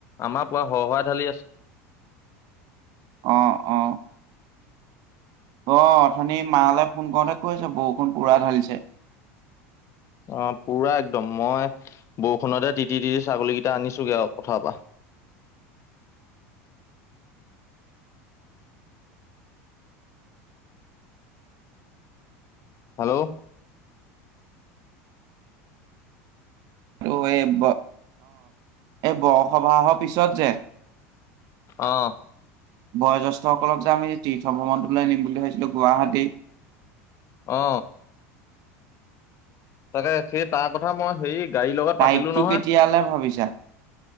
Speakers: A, on the left; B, on the right.
A: আমাৰ পুৰা হুৰহুৰে ঢালি আছে।
B: অ অ অ অথনি মালৈ ফোন কৰোঁতে কৈছে বৰষুণ পু়ৰা ঢালিছে।
A: অ পুৰা একদম মই বৰষুণতে তিতি তিতি ছাগলী কেইটা আনিছোঁ গে আৰু পথাৰৰ পৰা। হেল্ল'
B: <unintelligible> অ এই বৰ সবাহৰ পিছত যে
A: অ
B: বয়োজ্েষ্ঠসকলক যে আমি তীৰ্থ ভ্ৰমণটোলৈ নিম বুলি ভাবছিলো গুৱাহাটী
A: অ তাকে সেই তাৰ কথা মই হেৰি গাড়ীৰ লগত
B: তাৰিখটো
A: পাতিলো নহয়
B: কেতিয়ালে ভাবিছা?